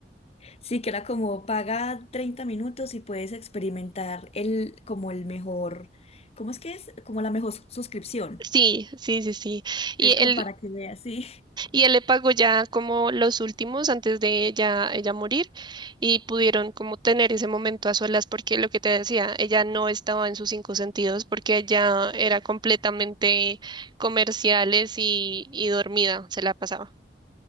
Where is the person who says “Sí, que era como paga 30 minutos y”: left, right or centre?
Left